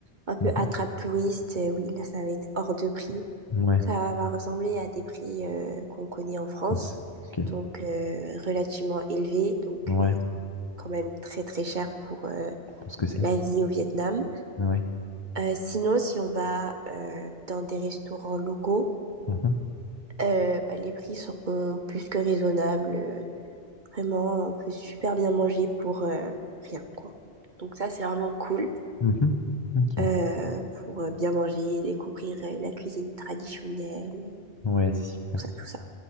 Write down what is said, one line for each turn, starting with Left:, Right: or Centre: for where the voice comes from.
Right: un peu
Left: mhm,
Right: attrape-touriste. euh, Oui, là, ça va être hors de prix.
Left: Ouais,
Right: Ça va ressembler à des prix euh, qu'on connaît en France,
Left: je pense. Ok.
Right: donc euh, relativement élevés, donc
Left: Ouais,
Right: euh, quand même très très cher pour euh,
Left: je pense que c'est.
Right: la vie au Vietnam.
Left: Ouais.
Right: Euh, sinon, si on va euh, dans des restaurants locaux,
Left: mhm,
Right: euh, bah, les prix seront plus que raisonnables. Euh, Vraiment, on peut super bien manger pour euh, rien, quoi. Donc ça, c'est vraiment cool
Left: mhm, Ok.
Right: euh, pour euh, bien manger, découvrir euh, la cuisine traditionnelle, tout
Left: Ouais, c'est super.
Right: ça, tout ça.